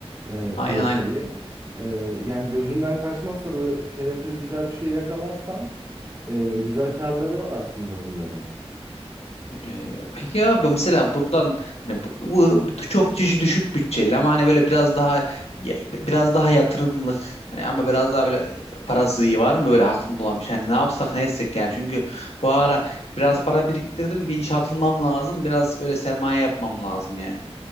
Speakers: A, on the right; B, on the left.
A: e,
B: Aynen
A: piyasayı.
B: aynen.
A: E, yani gözünden kaçmazsa böyle kelepir güzel bir şey yakalarsan e, güzel karları var aslında bunların.
B: E, peki abi mesela buradan yani bu, bu çok düşük, düşük bütçeli ama hani böyle biraz daha ya- biraz daha yatırımlık yani ama biraz daha böyle e, parası iyi var mı böyle aklında olan bir şey? Hani ne yapsak ne etsek yani çünkü bu ara biraz para biriktirdim bir işe atılmam lazım biraz böyle sermaye yapmam lazım yani.